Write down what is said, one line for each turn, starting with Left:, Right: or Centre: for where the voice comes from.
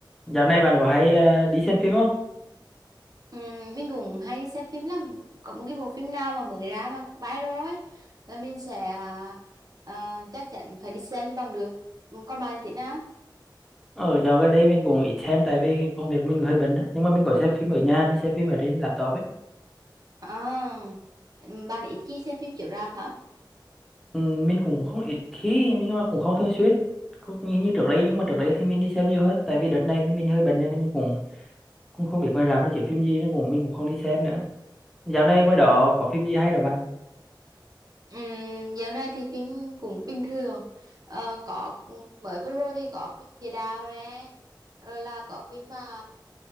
Centre: Dạo này bạn có hay ờ, đi xem phim không?
Right: Ừ, mình cũng hay xem phim lắm có một cái bộ phim nào mà mới ra mà viral ấy là mình sẽ à, à, chắc chắn phải đi xem cho bằng được Ừ, còn bạn thì thế nào
Centre: Ở dạo gần đây mình cũng ít xem tại vì công việc mình hơi bận á. Nhưng mà mình có xem phim ở nhà, mình xem phim ở trên laptop ấy.
Right: à, bạn ít khi xem phim chiếu rạp hả
Centre: Ừ, mình cũng không ít khi nhưng mà cũng không thường xuyên. Cũng như, như trước đây nhưng mà trước đây thì mình đi xem nhiều hơn tại vì đợt này mình hơi bận nên mình cũng cũng không biết ngoài rạp nó chiếu phim gì nó cũng mình cũng không đi xem nữa. Dạo này
Right: ừ.
Centre: ngoài đó có phim gì hay đâu bạn?
Right: Ừm, dạo này thì phim cũng bình thường Ờ, có mới vừa rồi thì có phim Địa Đạo nè rồi là có phim mà